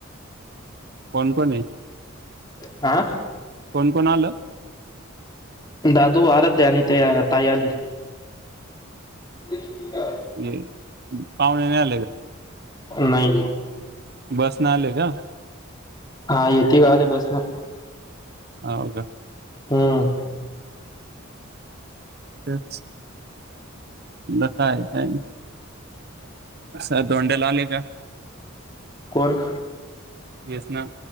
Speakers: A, on the right (about 50°); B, on the left (about 20°).
A: कोण कोण आहे?
B: आ
A: कोण कोण आलं
B: दादू, आराध्या आणि त्या ताई आली. <unintelligible>
A: ये पावणे नाही आ
B: नाही
A: बसनं आले का?
B: हा येेते ग आले बसनं.
A: ह हो का?
B: हम
A: तेच का <unintelligible> साहेब धोंड्याला आले का?
B: कोण?
A: एस् मॅम,